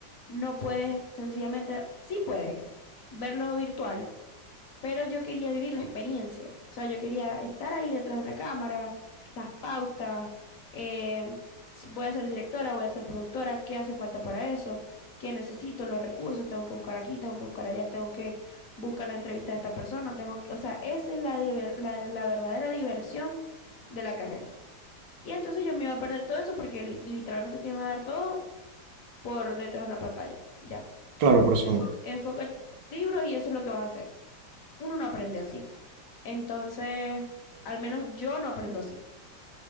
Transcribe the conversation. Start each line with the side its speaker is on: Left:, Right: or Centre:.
Left: no puedes, sencillamente, sí puedes verlo virtual, pero yo quería vivir la experiencia. O sea, yo quería estar ahí detrás de una cámara, las pautas, eh, s- voy a ser directora, voy a ser productora, ¿qué hace falta para eso? ¿Qué necesito? Los recursos, tengo que buscar aquí, tengo que buscar allá, tengo que buscar la entrevista de esta persona, tengo que- o sea, esa es la, diver- la, la verdadera diversión de la carrera. Y entonces yo me iba a perder todo eso porque li- literalmente te iban a dar todo por detrás de una pantalla. Ya,
Right: Claro, por Zoom.
Left: enfoca, enfoca el libro y eso es lo que vas a hacer. Uno no aprende así. Entonces, al menos yo no aprendo así.